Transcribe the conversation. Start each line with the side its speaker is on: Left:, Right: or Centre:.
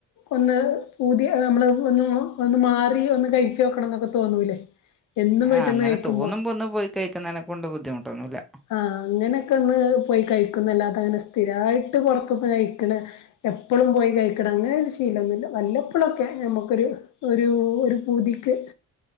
Left: ഒന്ന് പൂതി നമ്മള് ഒന്ന് ഒന്ന് മാറി ഒന്ന് കഴിച്ചോക്കണം എന്നൊക്കെ തോന്നൂല്ലേ എന്നും
Centre: ആ
Left: വീട്ട്ന്ന്
Centre: അങ്ങനെ
Left: കഴിക്കുമ്പോ
Centre: തോന്നുമ്പോൾ ഒന്ന് പോയി കഴിക്കുന്നതിനെ കൊണ്ട് ബുദ്ധിമുട്ടോന്നുല്ല
Left: ആഹ് അങ്ങനെയൊക്കെ ഒന്ന് പോയി കഴിക്കുന്നല്ലാതെ അങ്ങനെ സ്ഥിരായിട്ട് പുറത്ത്ന്ന് കഴിക്കല് എപ്പോഴും പോയി കഴിക്കണം അങ്ങനെ ഒരു ശീലമൊന്നുമില്ല വല്ലപ്പോഴൊക്കെ നമുക്കൊരു ഒരു ഒരു പൂതിക്ക്